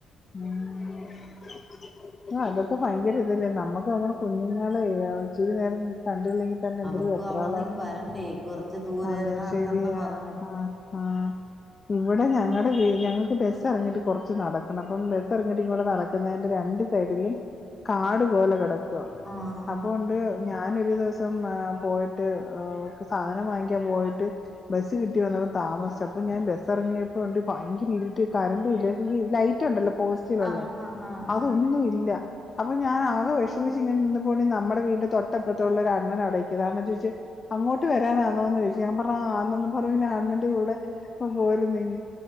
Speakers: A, on the left; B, in the centre.
A: ഉം ആഹ് അതൊക്കെ ഭയങ്കര ഇതല്ലേ? നമ്മുക്ക് നമ്മടെ കുഞ്ഞുങ്ങള് ഇച്ചിരി നേരം കണ്ടില്ലെങ്കി തന്നെ എന്തൊരു
B: അവർക്കും
A: വെപ്രാളവാ.
B: അവിടെ നിന്ന് ഇങ്ങ് വരണ്ടേ കുറച്ച് ദൂരെ
A: അതെ
B: എന്നാ
A: ശരിയാ.
B: എന്തെന്നോ പറഞ്ഞു
A: ആഹ് ആഹ് ഇവിടെ ഞങ്ങടെ വീ ഞങ്ങക്ക് ബസ് എറങ്ങിട്ട് കൊറച്ച് നട ക്കണം അപ്പം ബസ്സ് എറങ്ങിട്ട് ഇങ്ങോട്ട് നടക്കുന്നതിന്റെ രണ്ട് സൈഡിലും കാടു പോലെ കെടക്കുവാ
B: ആഹ്
A: അപ്പോണ്ട് ഞാൻ ഒരു ദിവസം ഏഹ് പോയിട്ട്. ഏഹ് സാധനം വാങ്ങിക്കാൻ പോയിട്ട് ബസ് കിട്ടി വന്നപ്പൊ താമസം അപ്പൊ ഞാൻ ബസ് ഇറങ്ങിയപ്പോണ്ട് ഭയങ്കര ഇരുട്ട് കറണ്ടുംല്ല ഈ ലൈ റ്റുണ്ടല്ലോ പോസ്റ്റിലുള്ള
B: ആ ആ ആ ആ
A: അതൊന്നും
B: ആ
A: ല്ല അപ്പൊ ഞാൻ ആക വിഷമിച്ച് ഇങ്ങെനെ നിന്നപ്പൊ ഇണ്ട് നമ്മുടെ വീടിന്റെ തൊട്ടപ്പുറത്തുള്ള ഒരു അണ്ണനവിടെ നിക്കുന്ന് അണ്ണൻ ചോയിച്ച് അങ്ങോട്ട് വരാനാന്നോന്ന് ചോയ്ച്ചു ഞാൻ പറഞ് ആന്നന്ന് പറഞ്ഞു ഞാൻ അണ്ണന്റെ കൂടെ ഒപ്പ പോരുന്നെങ്ങ്